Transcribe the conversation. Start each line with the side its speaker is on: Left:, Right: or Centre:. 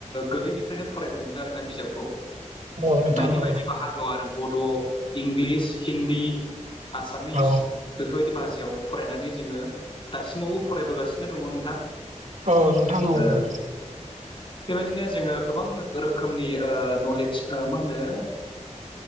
Left: गोरलैनिफ्रायनो फरायबोनो मोनो आरोना बिजाबखौ।
Right: औ नोंथां
Left: बायदि
Right: औ
Left: बायदि बाहागोआव आरो बड' इंलिस हिन्दी आसामिस
Right: औ
Left: बेफोरबायदि भाषायाव फरायनानै जोङो दासिमावबो फरायबोगासिनो दङ नोंथां।
Right: औ नोंथां औ
Left: ओ
Right: औ।
Left: बेबायदिनो जोङो गोबां रोखोमनि ओ नलेज मा होनो